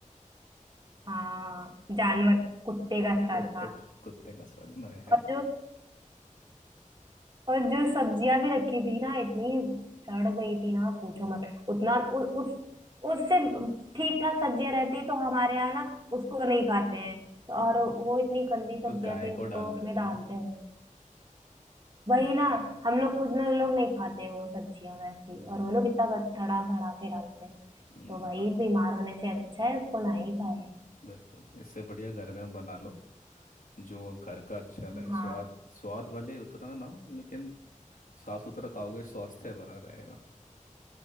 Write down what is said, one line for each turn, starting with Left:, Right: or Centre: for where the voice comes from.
Right: हाँ जानवर कुत्ते का सर
Left: कुत्ते
Right: था
Left: का कुत्ते का सर नहीं है
Right: और जो और जो सब्जियां भी रखी थी ना इतनी सड़ गई थी ना पूछो मत उतना उ, उस उससे ठीक ठाक सब्जियां रहती तो हमारे यहाँ ना उसको नहीं खाते हैं
Left: हम्म,
Right: और वो इतनी गंदी सब्जियां
Left: तो गाय
Right: थी
Left: को
Right: उसको
Left: डाल देते
Right: उसमें डालते
Left: हैं
Right: हैं वही
Left: वो
Right: ना
Left: तो है।
Right: हम लोग खुद में लोग नहीं खाते वो सब्जियां वैसी
Left: हम्म,
Right: और वो लोग इतना गंद- सड़ा सड़ा के डालते हैं
Left: हम्म,
Right: तो वही
Left: बात
Right: बीमार होने से अच्छा है उसको ना ही खाए
Left: बिल्कुल इससे बढ़िया घर में बना लो जो घर का अच्छा लगे
Right: हाँ
Left: स्वाद स्वाद भले उतना ना हो लेकिन साफ सुथरा खाओगे स्वास्थ्य बना रहेगा